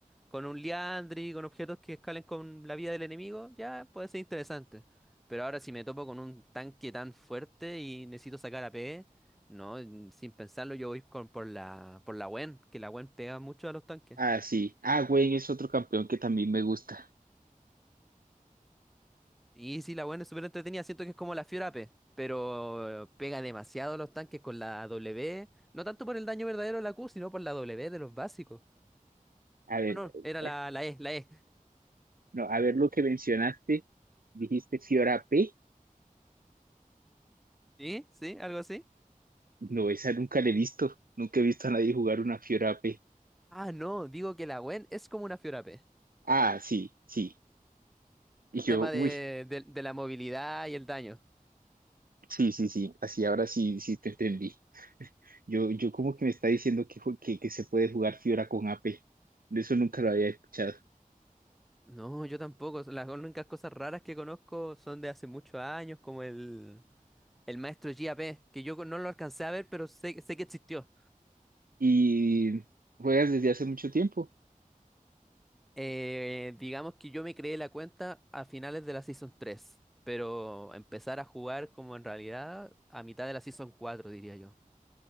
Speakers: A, in the centre; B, on the right.
A: con un liandry, con objetos que escalen con la vida del enemigo, ya puede ser interesante. Pero ahora si me topo con un tanque tan fuerte y necesito sacar a AP, no, mm, sin pensarlo yo voy con, por la, por la Gwen, que la Gwen pega mucho a los tanques.
B: Ah, sí. Ah, Gwen es otro campeón que también me gusta.
A: Y sí, la Gwen es súper entretenida, siento que es como la Fiora AP, pero eh, pega demasiado a los tanques con la W, no tanto por el daño verdadero de la Q, sino por la W de los básicos.
B: A ver.
A: No, no, era
B: eh,
A: la, la E, la E.
B: No, a ver lo que mencionaste, dijiste Fiora P.
A: ¿Sí? ¿Sí? ¿Algo así?
B: No, esa nunca la he visto. Nunca he visto a nadie jugar una Fiora P.
A: Ah, no, digo que la Gwen es como una Fiora AP.
B: Ah, sí, sí.
A: el
B: Y yo,
A: tema de,
B: uy,
A: de- de la movilidad y el daño.
B: sí, sí, sí. Así ahora sí, sí te entendí. Yo, yo como que me está diciendo que, ju- que, que se puede jugar Fiora con AP. De eso nunca lo había escuchado.
A: No, yo tampoco. Las únicas cosas raras que conozco son de hace muchos años, como el, el maestro G.A.P., que yo no lo alcancé a ver, pero sé, sé que existió.
B: Y juegas desde hace mucho tiempo.
A: Eh, digamos que yo me creé la cuenta a finales de la Season 3, pero empezar a jugar como en realidad a mitad de la Season 4, diría yo.